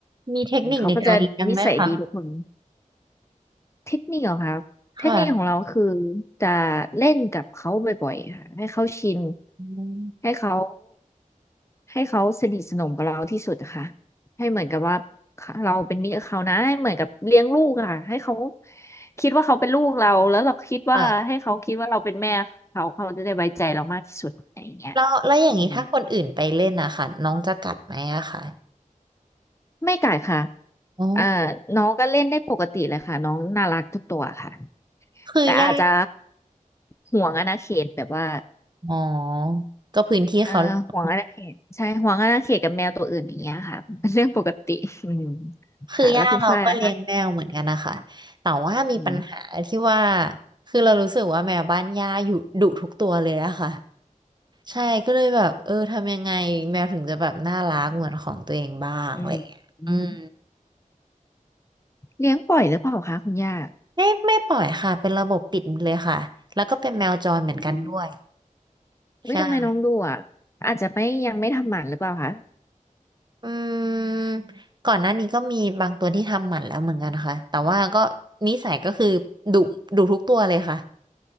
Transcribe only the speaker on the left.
อืมเขาก็จะนิสัยดีทุกคน เทคนิคเหรอครับเทคนิคของเราคือ
จะเล่นกับเขาบ่อยๆค่ะให้เขาชิน
ให้เขาให้เขาสนิทสนมกับเราที่สุดอะค่ะให้เหมือนกับว่าเราเป็นมิตรกับเขานะให้เหมือนกับเลี้ยงลูกอะค่ะให้เขาคิดว่าเขาเป็นลูกเราแล้วเราคิดว่าให้เขาคิดว่าเราเป็นแม่เขาเขาจะได้ไว้ใจเรามากที่สุดอะไรอย่างเงี้ย
อืมไม่กัดค่ะ
อ่าน้องก็เล่นได้ปกติเลยค่ะน้องน่ารักทุกตัวค่ะ
แต่อาจจะห่วงอาณาเขตแบบว่า
เออห่วงอาณาเขตใช่ห่วงอาณาเขตกับแมวตัวอื่นอย่างเงี้ยค่ะเป็นเรื่องปกติอืม
ค่ะแล้วคุณฝ้ายล่ะคะอืม
อืมอืมเลี้ยงปล่อยหรือเปล่าคะคุณย่า
อืมอุ้ยทำไมน้องดุอ่ะอาจจะไม่ยังไม่ทำหมันหรือเปล่าคะ